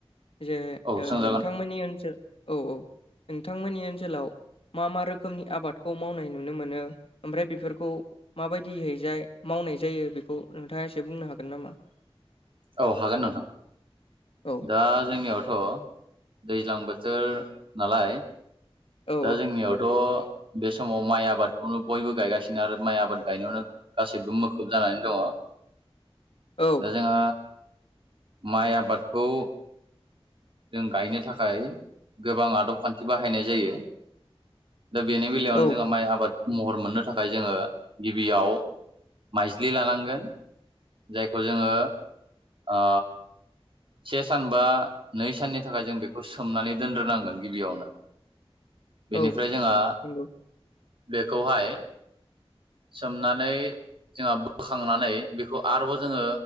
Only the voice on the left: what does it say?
जे
नोंथांमोननि ओनसोल औ औ नोंथांमोननि ओनसोलाव मा मा रोखोमनि आबादखौ मावनाय नुनो मोनो ओमफ्राय बेफोरखौ माबायदि हैजाय मावनाय जायो बेखौ नोंथाङा एसे बुंनो हागोन नामा?
औ
औ
औ
औ
औ
नंगौ